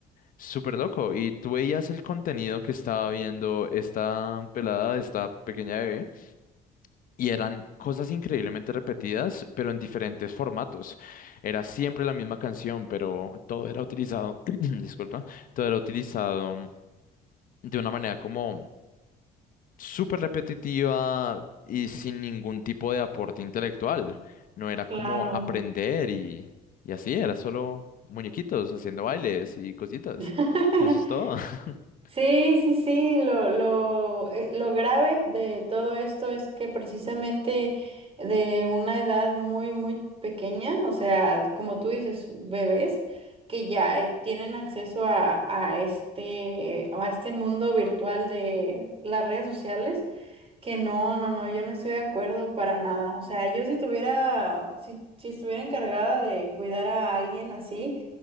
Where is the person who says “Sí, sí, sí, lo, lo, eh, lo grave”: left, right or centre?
Right